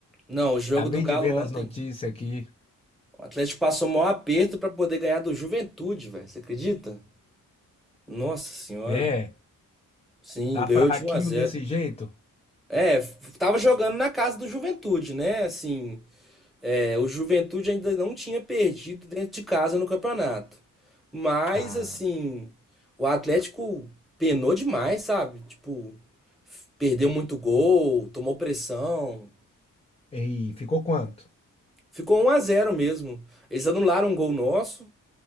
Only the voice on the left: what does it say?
Acabei
de ver
nas notícias aqui.
É,
tá
fraquinho
desse jeito?
Ah.
Ei, ficou quanto?